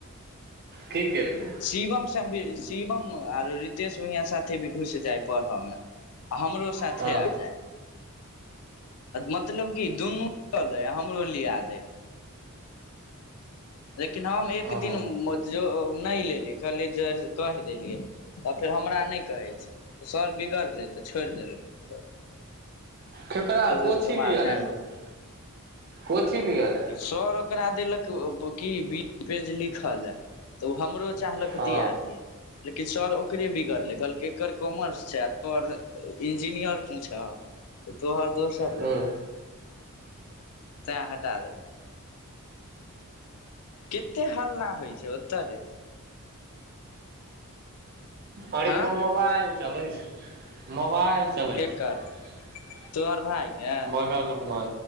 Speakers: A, on the right (about 45°); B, on the left (about 80°).
A: की केलकय
B: शिवम भी शिवम आरो रितेश भैया साथी भी घुस जाय पढ़ऽ मे आ हमरो साथे
A: हँ
B: आ जाय मतलब की दुनू लै हमरो लिया दय है लेकिन हम एक
A: हँ
B: दिन नहि लेलियै कहलियै जे कहि देलियै तऽ फेर हमरा नहि कहै छै तऽ सर बिगड़लै तऽ छोड़ि देलकै फेर
A: केकरा कोथी
B: ओहिके बाद
A: लिअल
B: हैंग
A: कहै छै कोथी लिअले
B: सर ओकरा देलक की बीस पेज लिखलै तऽ ओ हमरो चाहलक
A: हँ
B: दिया दियै लेकिन सर ओकरे बिगड़ले कहलकय एकर कॉमर्स छै तोहर इंजीनियर तू छ त तोहर दोसर
A: ह
B: लग तै हटा देलके कते हल्ला होइ छै ओतरेय
A: अइठम
B: हँ
A: मोबाइल चलै छै मोबाइल चलै
B: केकर
A: छै
B: तोहर भाय के
A: बगलमे